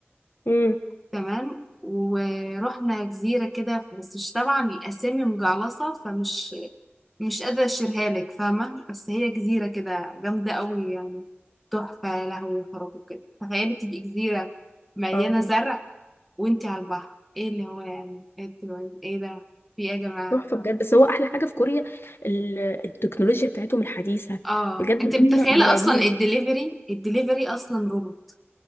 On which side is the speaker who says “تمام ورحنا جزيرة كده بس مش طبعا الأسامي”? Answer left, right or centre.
Centre